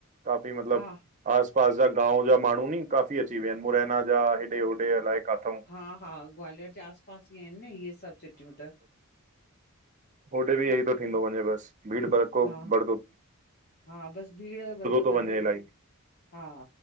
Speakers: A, on the right; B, on the left.
A: काफ़ी मतलब
B: हा
A: आस पास जा गांव जा माण्हू नी काफ़ी अची विया आहिन मुरैना जा हेॾे होॾे अलाए किथां
B: हा हा ग्वालियर जे आस पास ई आहिन न इहे सभु सिटियूं त
A: होॾे बि इओई थो थींदो वञे बस भीड़ बड़को
B: हा
A: भरदो
B: हा बसि भीड़ व
A: थो
B: वधंदी
A: वञे इलाही
B: हा।